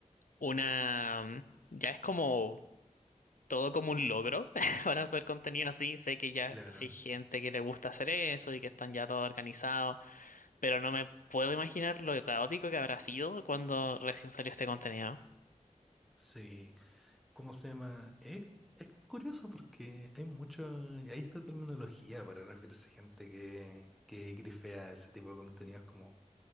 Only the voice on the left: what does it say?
una... Ya es como todo como un logro <laughs> para hacer contenido así. Sé que ya
hay gente que le gusta hacer eso y que están ya todos organizados. pero no me puedo imaginar lo caótico que habrá sido cuando recién salió este contenido.